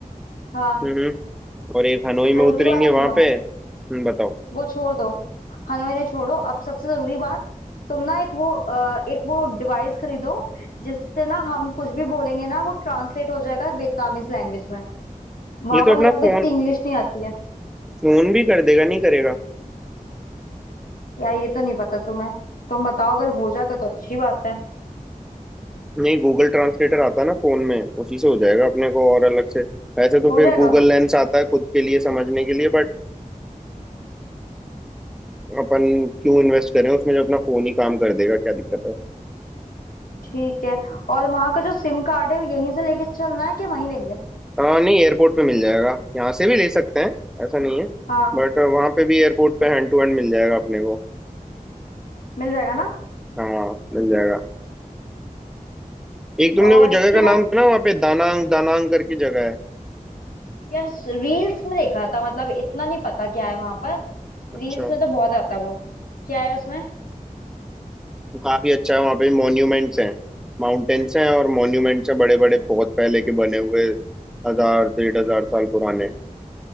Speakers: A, on the left; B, in the centre.
A: हाँ
B: हम्म और एक हनोई
A: जरूरी
B: में उतरेंगे
A: बात
B: वहां
A: सुनो
B: पे हम्म, बताओ
A: वो छोड़ दो हनुमान ने छोड़ो अब सबसे जरूरी बात तुम ना एक वो अ, एक वो डिवाइस खरीदो जिससे ना हम कुछ भी बोलेंगे ना वो ट्रांसलेट हो जाएगा वियतनामीज लैंग्वेज में वहां
B: ये तो
A: पर
B: अपना
A: लोगों को
B: फोन
A: इतनी इंग्लिश नहीं आती है
B: फोन भी कर देगा नहीं करेगा
A: यार ये तो नहीं पता तुम्हें तुम बताओ अगर हो जाएगा तो अच्छी बात है
B: नहीं गूगल ट्रांसलेटर आता है ना फोन में उसी से हो जाएगा अपने को और अलग से वैसे तो
A: हो
B: फिर
A: जाएगा
B: गूगल लेंस आता है खुद के लिए समझने के लिए बट अपन क्यों इन्वेस्ट करें उसमें जब अपना फोन ही काम कर देगा क्या दिक्कत है
A: ठीक है और वहां का जो सिम कार्ड है यहीं से लेके चलना है कि वहीं लेंगे
B: हाँ नहीं एयरपोर्ट पे मिल जाएगा यहाँ से भी ले सकते हैं ऐसा नहीं है
A: हाँ
B: बट वहाँ पे भी एयरपोर्ट पे हैंड टू हैंड मिल जाएगा अपने को
A: मिल जाएगा ना
B: हाँ मिल जाएगा एक तुमने
A: और
B: वो
A: इसके
B: जगह का
A: बाद
B: नाम सुना वहाँ पे दानांग दानांग करके जगह है
A: यार रील्स में देखा था मतलब इतना नहीं पता क्या है वहां पर
B: अच्छा
A: रील्स में तो बहुत आता है वो क्या है उसमें
B: वो काफी अच्छा है वहाँ पे मॉन्यूमेंट्स हैं माउंटेन्स हैं और मॉन्यूमेंट्स हैं बड़े बड़े बहुत पहले के बने हुए हजार डेढ़ हजार साल पुराने